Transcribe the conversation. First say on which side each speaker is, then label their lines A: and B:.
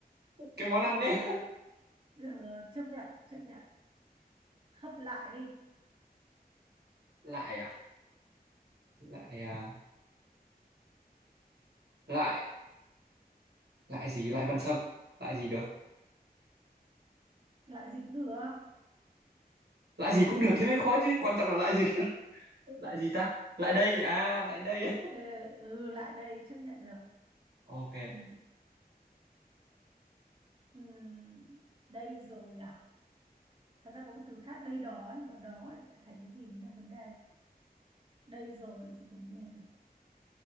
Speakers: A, on the right; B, on the right.
A: cái món
B: Thôi
A: ăn
B: được
A: đấy
B: rồi, được rồi, chấp nhận, chấp nhận. Hấp lại đi,
A: lại à lại à lại lại gì lại Văn Sâm lại gì được
B: lại dịch cũng được.
A: lại gì cũng được thế mới khó chứ quan trọng là lại gì <laughs> lại gì ta lại đây à lại đây á.
B: Ờ, ừ, lại đây, chấp nhận được.
A: ok
B: Ừ, ừ, đây rồi à? Thật ra có một từ khác đây đó, nhưng mà đó lại thành cái gì cũng là vấn đề. Đây rồi thì còn nghe được.